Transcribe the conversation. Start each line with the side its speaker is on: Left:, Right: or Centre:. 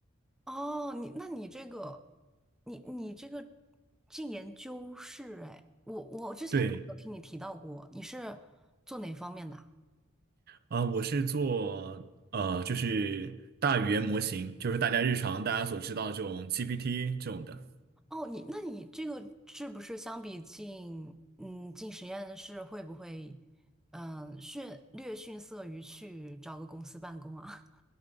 Centre: 哦，你那你这个，你你这个进研究室，哎，我我之前都没有听你提到过，
Right: 对，
Centre: 你是做哪方面的啊
Right: 啊，我是做呃，就是大语言模型，就是大家日常大家所知道的这种 GPT 这种的。
Centre: 哦，你那你这个是不是相比进嗯进实验室会不会嗯逊略逊色于去找个公司办公啊？